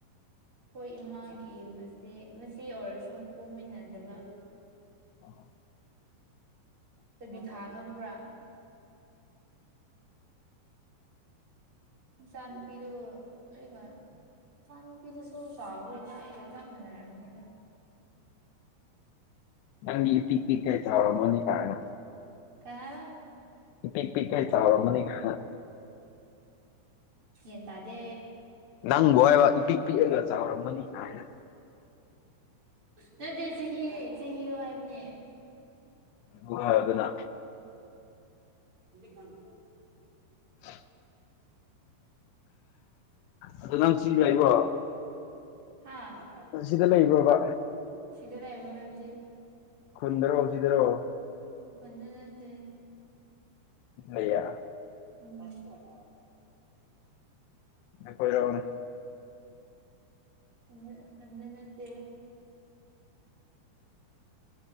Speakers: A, on the right; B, on the left.
A: ꯑꯩꯈꯣꯏ ꯏꯃꯥꯒꯤ ꯃꯆꯦ ꯃꯆꯦ ꯑꯣꯏꯔꯁꯨ ꯄꯣꯛꯃꯤꯟꯅꯗꯕ
B: <inaudible>
A: ꯇꯥꯕꯤꯊꯥ ꯈꯪꯕ꯭ꯔꯥ ꯃꯆꯥ ꯅꯨꯨꯄꯤꯗꯣ ꯑꯩꯒ ꯏꯆꯥ ꯅꯨꯨꯄꯤꯗꯨꯁꯨ ꯆꯥꯎꯔꯦꯗ ꯑꯩꯒ ꯆꯞ ꯃꯥꯟꯅꯔꯕꯅꯤꯗ
B: ꯅꯪꯗꯤ ꯏꯄꯤꯛ ꯄꯤꯛꯈꯩ ꯆꯥꯎꯔꯝꯃꯅꯤ ꯀꯥꯏꯅ
A: ꯀꯩ ꯍꯥꯏꯕ
B: ꯏꯄꯤꯛ ꯄꯤꯛꯈꯩ ꯆꯥꯎꯔꯝꯅꯤ ꯀꯥꯏꯅ
A: ꯌꯦꯟ ꯇꯥꯗꯦ
B: ꯅꯪꯕꯨ ꯍꯥꯏꯕ ꯏꯄꯤꯛ ꯄꯤꯛꯑꯒ ꯆꯥꯎꯔꯝꯃꯅꯤ ꯀꯥꯏꯅ
A: ꯅꯠꯇꯦ ꯆꯍꯤ ꯆꯍꯤꯗꯣ ꯍꯥꯏꯕꯅꯦ
B: ꯎ ꯑꯗꯨꯒ ꯑꯗꯨꯅ
A: ꯗꯤꯀꯅ
B: <inaudible> ꯑꯗꯨ ꯅꯪ ꯁꯤꯁ ꯍꯥꯏꯕꯣ
A: ꯍꯥꯥ
B: ꯁꯤꯗ ꯂꯩꯕ꯭ꯔꯣꯕ
A: ꯁꯤꯗ ꯇꯥꯏ ꯑꯦꯕꯚꯥꯗꯦ
B: ꯈꯨꯨꯟꯗꯔꯣ ꯁꯤꯗꯔꯣ
A: ꯎ ꯈꯟꯗꯅꯠꯇꯦ
B: ꯏꯌꯥ
A: ꯎꯝ
B: ꯅꯈꯣꯏ ꯌꯥꯎꯅꯤ
A: ꯈꯟ ꯈꯟꯗꯅꯥꯠꯇ